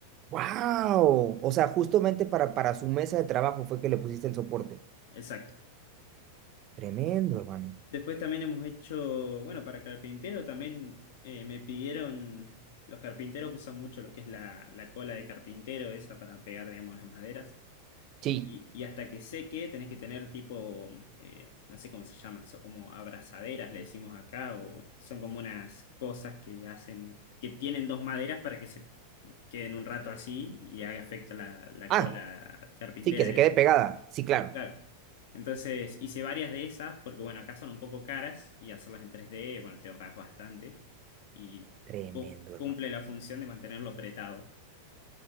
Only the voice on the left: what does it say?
Exacto.
Después también hemos hecho, bueno, para carpintero también eh, me pidieron, los carpinteros usan mucho lo que es la, la cola de carpintero, esa para pegar, digamos, las maderas.
Y, y hasta que seque tenés que tener tipo, eh, no sé cómo se llaman, son como abrazaderas, le decimos acá, o son como unas cosas que hacen, que tienen dos maderas para que se queden un rato así y haga efecto la, la
cola carpintera,
digamos.
Claro. Entonces hice varias de esas, porque bueno, acá son un poco caras y hacerlas en tres d bueno, te ahorras bastante y
cu- cumple
la función de mantenerlo apretado.